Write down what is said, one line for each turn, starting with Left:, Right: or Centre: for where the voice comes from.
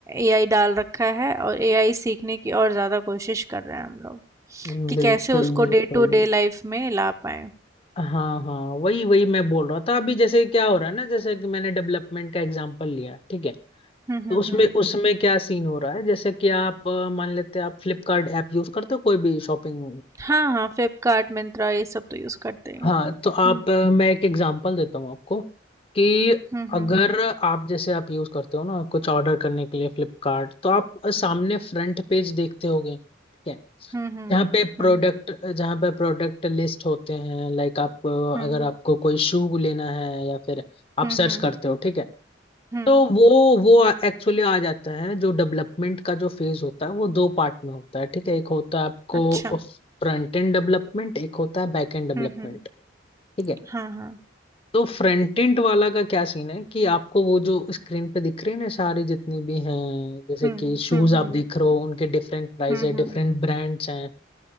Right: एआई डाल रखा है और एआई सीखने की और ज़्यादा कोशिश कर रहे हैं हम लोग
Left: हम्म,
Right: कि
Left: बिल्कुल
Right: कैसे उसको
Left: बिल्कुल
Right: डे टू डे लाइफ में ला पाए
Left: हाँ हाँ वही वही मैं बोल रहा था अभी जैसे क्या हो रहा है ना जैसे कि मैंने डेवलपमेंट का एग्जांपल लिया ठीक है
Right: हम्म
Left: तो
Right: हम्म
Left: उसमें
Right: हम्म
Left: उसमें क्या सीन हो रहा है जैसे कि आप अ, मान लेते हैं आप फ्लिपकार्ट ऐप यूज करते हो कोई भी शॉपिंग
Right: हाँ हाँ फ्लिपकार्ट मिंत्रा ये सब तो यूज़ करते हैं
Left: हाँ तो आप
Right: हम्म
Left: अ, मैं एक एग्जांपल देता हूँ आपको कि
Right: हम्म
Left: अगर
Right: हम्म
Left: आप जैसे आप यूज करते हो ना कुछ ऑर्डर करने के लिए फ्लिपकार्ट तो आप अ, सामने फ्रंट पेज देखते होगे ठीक है
Right: हम्म हम्म
Left: जहाँ पे प्रोडक्ट जहाँ पे प्रोडक्ट लिस्ट होते हैं लाइक आप अ,
Right: हम्म
Left: अगर आपको कोई शू लेना है या फिर आप
Right: हम्म हम्म
Left: सर्च
Right: हम्म,
Left: करते हो ठीक है
Right: हम्म,
Left: तो वो वो एक्चुअली आ जाता है जो डेवलपमेंट का जो फेज होता है वो दो पार्ट में होता है ठीक है एक होता है आपको
Right: अच्छा
Left: फ्रंट एंड डेवलपमेंट एक होता है बैक एंड डेवलपमेंट
Right: हम्म हम्म
Left: ठीक है।
Right: हाँ हाँ
Left: तो फ्रंट एंड वाला का क्या सीन है कि आपको वो जो स्क्रीन पे दिख रहे हैं ना सारे जितने भी हैं जैसे
Right: हम्म
Left: कि शूज
Right: हम्म हम्म
Left: आप देख रहे हो उनके डिफरेंट प्राइस
Right: हुँ,
Left: है
Right: हुँ।
Left: डिफरेंट ब्रांड्स हैं